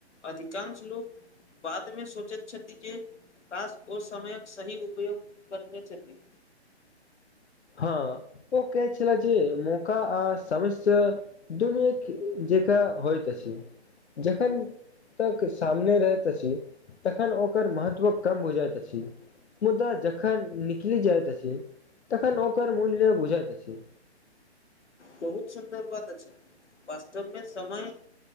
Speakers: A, on the left (about 85°); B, on the left (about 70°).
A: अधिकांश लोक बाद मे सोचैत छथि जे काश ओ समयक सही उपयोग करने छथि
B: हँ ओ कहै छलै जे मौका आ समस्या दुनू एक जेकाँ होइत अछि जखन तक सामने रहैत अछि तखन ओकर महत्व कम हो जाइत अछि मुदा जखन निकलि जायत अछि तखन ओकर मूल्य बुझाइत अछि
A: बहुत सुन्दर बात अछि वास्तवमे समय